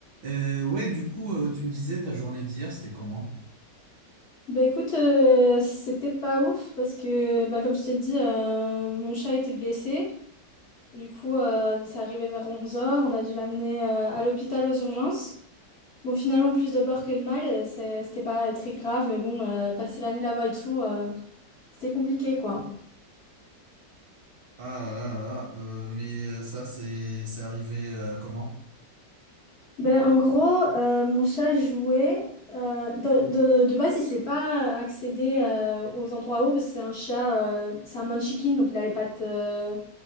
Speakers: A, on the right (about 70°); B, on the left (about 45°).
A: Euh, ouais, du coup, euh, tu me disais ta journée d'hier, c'était comment?
B: Bah écoute, euh, c'était pas ouf parce que, bah, comme je t'ai dit, euh, mon chat était blessé. Du coup, euh, c'est arrivé vers onze heures. on a dû l'amener euh, à l'hôpital aux urgences. Bon, finalement, plus de peur que de mal, euh, c'est- c'était pas très grave, mais bon, euh, passer la nuit là-bas et tout, euh, c'était compliqué quoi.
A: Ah, ah, ah, euh, mais euh, ça, c'est c'est arrivé euh, comment?
B: Ben en gros, euh, mon chat jouait. euh, de, de, de base, il sait pas accéder euh, aux endroits hauts parce que c'est un chat, euh, c'est un manchikin, donc il a les pattes. euh,